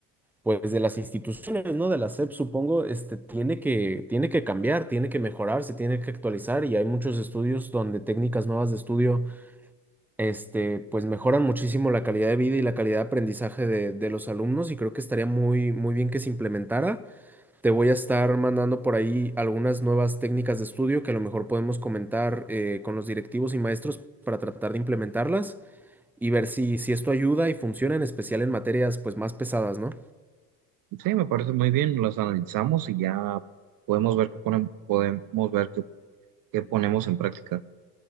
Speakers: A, in the centre; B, on the right.
A: pues, de las instituciones, ¿no? De la SEP, supongo, este, tiene que, tiene que cambiar, tiene que mejorar, se tiene que actualizar y hay muchos estudios donde técnicas nuevas de estudio este, pues mejoran muchísimo la calidad de vida y la calidad de aprendizaje de, de los alumnos y creo que estaría muy, muy bien que se implementara. Te voy a estar mandando por ahí algunas nuevas técnicas de estudio que a lo mejor podemos comentar eh, con los directivos y maestros para tratar de implementarlas y ver si, si esto ayuda y funciona, en especial en materias pues más pesadas, ¿no?
B: Sí, me parece muy bien, las analizamos y ya podemos ver que ponen podemos ver que ponemos en práctica.